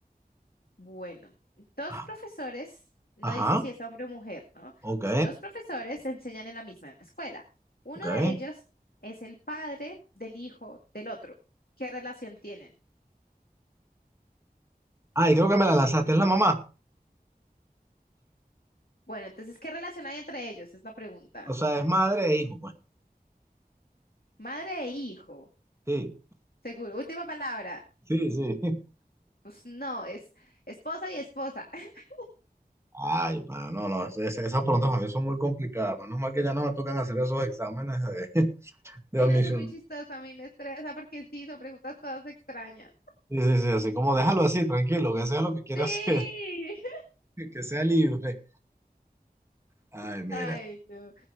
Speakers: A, on the left (about 65°); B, on the right (about 15°).
A: Bueno, dos
B: ajá,
A: profesores, no
B: ajá,
A: dice si es hombre o mujer, ¿no?
B: ok,
A: Si Dos profesores se enseñan en la misma escuela. Uno
B: ok.
A: de ellos es el padre del hijo del otro. ¿Qué relación tienen?
B: Ay, creo que me la lanzaste, es la mamá.
A: Bueno, entonces, ¿qué relación hay entre ellos? Es la pregunta.
B: O sea, es madre e hijo, pues.
A: Madre e hijo,
B: Sí,
A: seguro. Última palabra.
B: sí, sí.
A: Pues no, es esposa y esposa. <laughs>
B: Ay, mano, no, no, es- es- esas preguntas para mí son muy complicadas. Menos mal que ya no me tocan hacer esos exámenes de, <laughs> de
A: Ay,
B: admisión.
A: no, eso es muy chistoso. A mí me estresa porque sí, son preguntas todas extrañas.
B: Sí, sí, sí, así como déjalo así, tranquilo, que sea lo que quiera
A: Sí.
B: hacer, <laughs> que sea libre. Ay,
A: <laughs>
B: mira,
A: Ay, no.